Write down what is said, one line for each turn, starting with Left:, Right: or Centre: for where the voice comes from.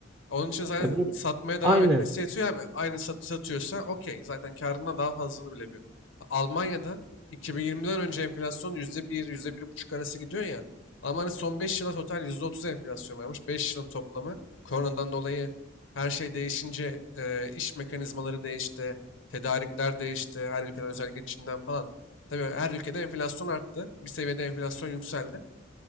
Left: Onun için zaten
Right: E bu
Left: satmaya devam
Right: aynen.
Left: etmesi yetiyor abi. Aynı satı satıyorsa okey. Zaten karından daha fazlasını bile yapıyor. Almanya'da 2020'den önce enflasyon %1, %1,5 arası gidiyor ya. Almanya son 5 yıla total %30 enflasyon varmış. beş yılın toplamı. Koronadan dolayı her şey değişince e, iş mekanizmaları değişti. Tedarikler değişti. Her ülkeden özellikle Çin'den falan. Tabii her ülkede enflasyon arttı. Bir seviyede enflasyon yükseldi.